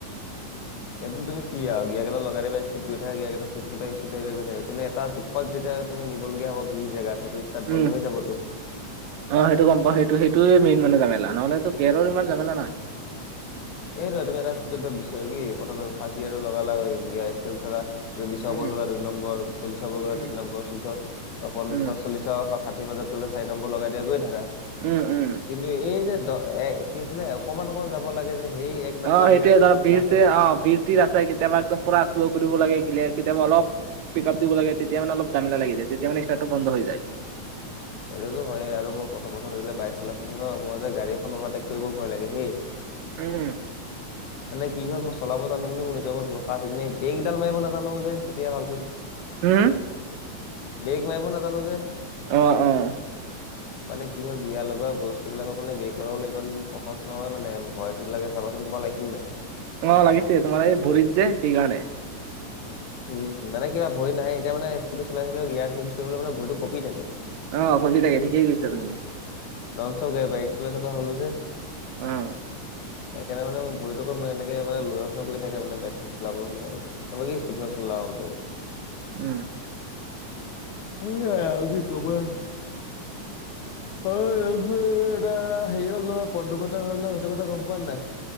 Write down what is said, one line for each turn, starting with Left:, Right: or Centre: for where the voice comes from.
Left: এদিন তুমি কি আও গিয়াৰ কেইটা লগাই দিবা ইস্পড গৈ থাকে গিয়াৰ কেইটা চেঞ্জ হৈ থাকে ইস্পিত বাঢ়ি বাঢ়ি গৈ থাকে কিন্তু এটা জোখ যাত যেতিয়া তুমি নিবলগীয়া হ'ব ভিৰ জেগাত সেইটো ষ্টাৰ্ট
Right: উম,
Left: বন্ধ হৈ যাবতো।
Right: অ সেইটো গম পাওঁ সেইটোৱেই মেইন মানে জামেলা নহলেটো গেৰ ইমান জামেলা নাই।
Left: এইটোৱে তুমি এটা স্পডত বিছ কি প্ৰথম ফাৰ্ষ্ট গেৰত লগালা এক্সেল ধৰা বিশ
Right: উম,
Left: ও গ'ল দুইম্বৰ চল্লিশ ওপৰ গলে
Right: উম,
Left: তিনি নম্বৰ চৈধ্যশ পঞ্চা
Right: উম,
Left: চল্লিশ বা ষাঠি মাজত গলে চাৰিম্বৰ লগাই দিয়া গৈ থাকা
Right: উম উম।
Left: কিন্তু এই যে দ এ কি আছিলে অকমান অকমান যাব লাগে যে। সেই এক নম্বৰ
Right: অ সেইটোৱে
Left: গিয়াৰটো
Right: ধৰা
Left: আৰু
Right: বিছে
Left: ক্লাছত
Right: অ বিছ। ত্ৰিশ আছে কেতিয়াবা একদম পুৰা শ্ল' কৰিব লাগে কিলিয়াৰ কেতিয়াবা অলপ। পিক আপ দিব লাগে তেতিয়া মান অলপ জেমেলা লাগি যায় তেতিয়া মানে ষ্টাৰ্টটো বন্ধ হৈ যায়।
Left: এইটোতো হয়ে আৰু মই প্ৰথম প্ৰথম যেতিয়া বাইক চলাইছো ন মই যে গড় এখন অভাৰটেক কৰিবও ভয় লাগে সেই।
Right: উম।
Left: মানে কি হয় মই চলাব জানো বুলি মোৰ নিজৰ ওপৰত ভৰষা আছে কিন্তু এই বেক কেইডাল মাৰিব নাজানো যে তেতিয়া ভালকৈ
Right: উম
Left: ব্ৰেক মাৰিব নাজানো যে
Right: অহ অহ
Left: মানে কি হয় গিয়াৰ লগোৱা বস্তু বিলাকৰ মানে ব্ৰেক লগাবলৈ ইমান সহজ নহয় মানে ভয় কি লাগে চাবাচোন তোমাৰ লাগি ছিল নাই?
Right: অহ লাগিছে তোমাৰ এই ভৰিত যে সেইকাৰণে
Left: উম মানে কিবা ভয় নাহে এতিয়া মানে স্কুটি চলাই থাকিলেও গিয়াৰ চেঞ্জ কৰিবলৈ মানে ভৰিটো কপি থাকে
Right: অহ কঁপি ঠিকেই কৰিছা তুমি
Left: ননচ গাড়ী বাইক চলাই থকা হলো যে
Right: অহ
Left: সেইকাৰণে মানে মোৰ ভৰিতো এনেকে মানে লৰ চৰ কৈ থাকে মানে বাইকখন চলাব হলে বাকী স্কুটি খনৰ চলাও তেওঁ
Right: উম
Left: হে আও কি কবা
Right: <inaudible>
Left: সেয়া এইফালে এটা হেৰি হ'ল নহয় পথ দুৰ্ঘটনা হল ন সেইটো কথা গম পোৱা নে নাই?